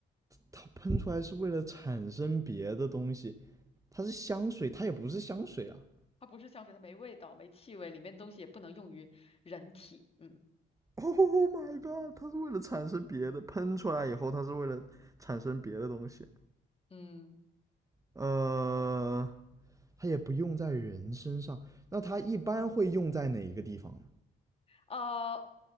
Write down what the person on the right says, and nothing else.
它喷出来是为了产生别的东西。它是香水，它也不是香水啊。
Oh my god！它是为了产生别的，喷出来以后，它是为了产生别的东西。
呃，它也不用在人身上。那它一般会用在哪一个地方呢？